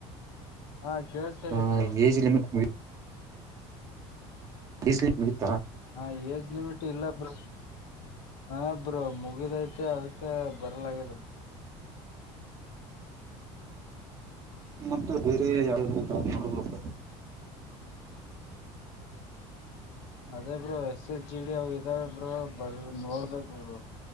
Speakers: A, on the left; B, on the right.
A: ಹಾ ಕೇೇಳಸ್ತದೆ
B: ಹಾ
A: ಇಬರು
B: ಏಜ್ ಲಿಮಿಟ್ ಬಸ್ಲಿ ನಿಗತ್ತ
A: ಹಾ ಏಜ್ ಲಿಮಿಟ್ ಇಲ್ಲ ಬ್ರ ಹ ಬ್ರ ಮುಗಿದೈತೆ ಅದ್ಕ ಬರ್ಲಾಗದ
B: ಮತ್ತೆ ಬೇರೆ ಯಾವ ನೋಡ್ಬ
A: ಅದೇ bro S S G D ಅವ್ ಇದಾವ ಬ್ರೋ ಬ ನೋಡ್ಬೇಕರು